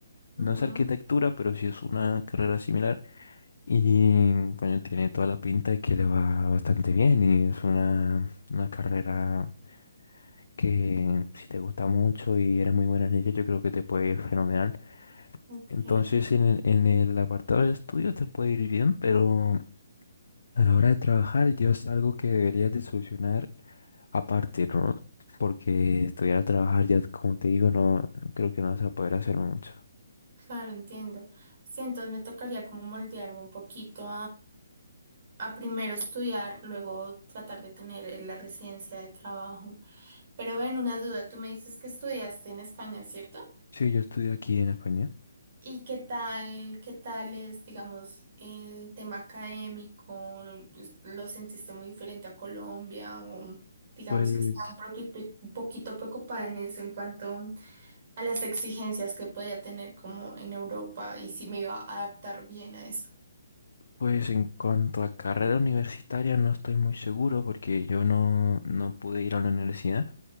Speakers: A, on the right; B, on the left.
A: ujú,
B: no es arquitectura, pero sí es una carrera similar y coño, tiene toda la pinta de que le va bastante bien y es una, una carrera que si te gusta mucho y eres muy buena en ella, yo creo que te puede ir fenomenal.
A: ok,
B: Entonces en el, en el apartado de estudios te puede ir bien, pero A la hora de trabajar, yo es algo que deberías de solucionar aparte, ¿no? Porque estudiar a trabajar, ya como te digo, no no creo que no vas a poder hacerlo mucho.
A: claro, entiendo. Sí, entonces me tocaría como moldearme un poquito a primero estudiar, luego tratar de tener eh, la residencia de trabajo. Pero bueno, una duda, tú me dices que estudiaste en España, ¿cierto?
B: Sí, yo estudio aquí en España.
A: ¿Y qué tal, qué tal es, digamos, el tema académico? Pues, ¿Lo sentiste muy diferente a Colombia? O digamos
B: Pues,
A: que estaba un poquito, un poquito preocupada en eso en cuanto a las exigencias que podía tener como en Europa y si me iba a adaptar bien a eso.
B: pues en cuanto a carrera universitaria, no estoy muy seguro porque yo no, no pude ir a la universidad.